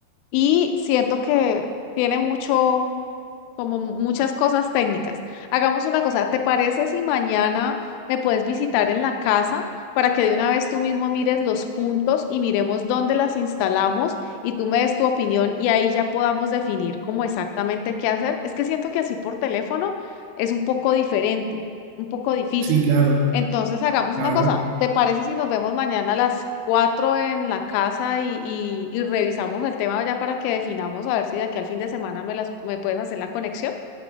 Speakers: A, on the left (about 85°); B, on the right (about 80°).
A: y siento que tiene mucho, como muchas cosas técnicas. Hagamos una cosa, ¿te parece si mañana me puedes visitar en la casa para que de una vez tú mismo mires los puntos y miremos dónde las instalamos y tú me des tu opinión y ahí ya podamos definir cómo exactamente qué hacer? Es que siento que así por teléfono es un poco diferente, un poco difícil.
B: sí, claro,
A: Entonces hagamos
B: claro,
A: una cosa. ¿Te parece si nos vemos mañana a las 4 en la casa y, y- y revisamos el tema ya para que definamos a ver si de aquí al fin de semana me las me puedes hacer la conexión?